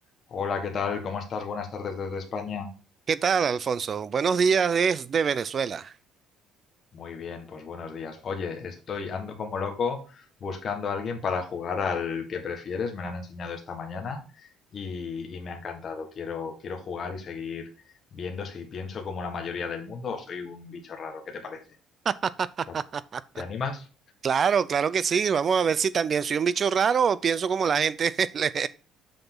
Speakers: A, on the left; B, on the right.
A: Hola, ¿qué tal? ¿Cómo estás? Buenas tardes desde España.
B: ¿Qué tal, Alfonso? Buenos días desde Venezuela.
A: Muy bien, pues buenos días. Oye, estoy ando como loco buscando a alguien para jugar al que prefieres. Me lo han enseñado esta mañana y, y me ha encantado. Quiero, quiero jugar y seguir viendo si pienso como la mayoría del mundo o soy un bicho raro. ¿Qué te parece?
B: <laughs>
A: ¿Te te animas?
B: Claro, claro que sí. Vamos a ver si también soy un bicho raro o pienso como la gente. <laughs> le-